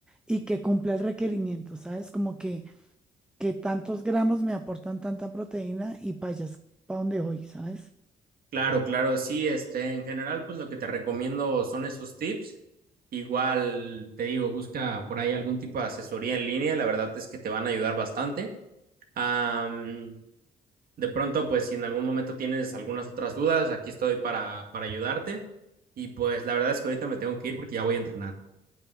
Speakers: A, in the centre; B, on the right.
A: y que cumpla el requerimiento, ¿sabes? Como que que tantos gramos me aportan tanta proteína y payas para donde voy, ¿sabes?
B: Claro, claro, sí, este, en general, pues lo que te recomiendo son esos tips. Igual te digo, busca por ahí algún tipo de asesoría en línea, la verdad es que te van a ayudar bastante. Am, de pronto, pues si en algún momento tienes algunas otras dudas, aquí estoy para, para ayudarte. Y pues la verdad es que ahorita me tengo que ir porque ya voy a entrenar.